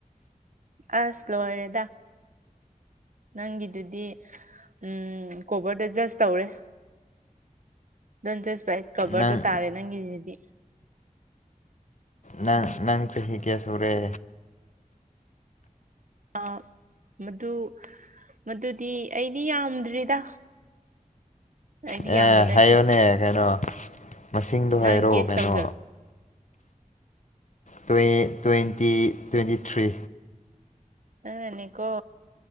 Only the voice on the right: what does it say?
ꯑꯁ ꯂꯣ ꯑꯣꯏꯔꯦꯗ ꯅꯪꯒꯤꯗꯨꯗꯤ ꯎꯝ ꯀꯣꯕꯔꯗ ꯖꯁ ꯇꯧꯔꯦ ꯟꯁꯁ ꯄꯥꯏ ꯀꯕꯔꯗ
ꯇꯥꯔꯦ ꯅꯪꯤꯁꯤꯤ
ꯑꯥ ꯃꯗꯨ ꯃꯗꯨꯗꯤ ꯑꯩꯗꯤ ꯌꯥꯝꯗ꯭ꯔꯤꯗ ꯑꯩꯗꯤ
ꯌꯥꯝꯕ ꯅꯠꯇꯦ
ꯅꯪ
ꯒꯦꯁ
ꯇꯧꯖꯔꯣ
ꯑꯗꯨꯪꯅꯅꯦꯀꯣ